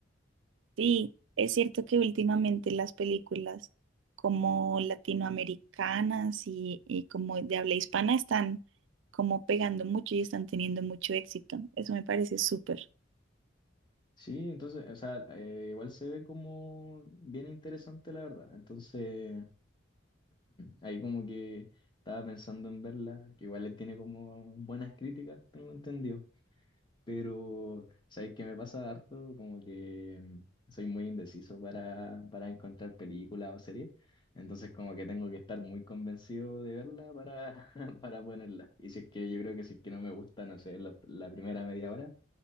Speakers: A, on the right (about 75°); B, on the left (about 25°).
A: Sí, es cierto que últimamente las películas como latinoamericanas y, y como de habla hispana están como pegando mucho y están teniendo mucho éxito. Eso me parece súper.
B: Sí, entonces, o sea, eh, igual se ve como bien interesante, la verdad. Entonces... Ahí como que estaba pensando en verla, que igual le tiene como buenas críticas, tengo entendido, pero sabéis que me pasa harto, como que mm, soy muy indeciso para, para encontrar películas o series, entonces como que tengo que estar muy convencido de verla para, <laughs> para ponerla. Y si es que yo creo que si es que no me gusta, no sé, la, la primera media hora,